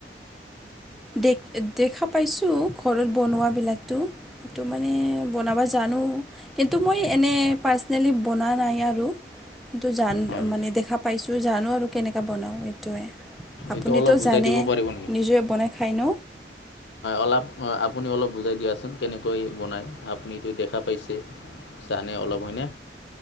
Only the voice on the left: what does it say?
হয়
এইটো অলপ বুজাই
দিব পাৰিব নেকি
অলপ আপুনি অলপ বুজাই দিয়াচোন কেনেকৈ বনায় আপুনিটো দেখা পাইছে জানে অলপ হয়নে